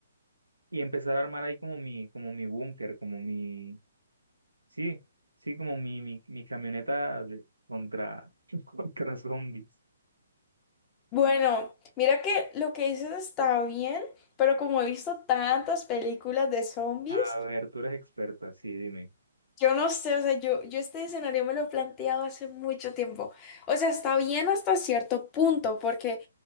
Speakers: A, on the right; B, on the left.
A: Y empezar a armar ahí como mi, como mi búnker, como mi, sí, sí, como mi, mi, mi camioneta de- contra, <laughs> contra zombies.
B: Bueno, mira que lo que dices está bien, pero como he visto tantas películas de zombies,
A: A ver, tú eres experta, sí, dime.
B: yo no sé, o sea, yo, yo este escenario me lo he planteado hace mucho tiempo. O sea, está bien hasta cierto punto, porque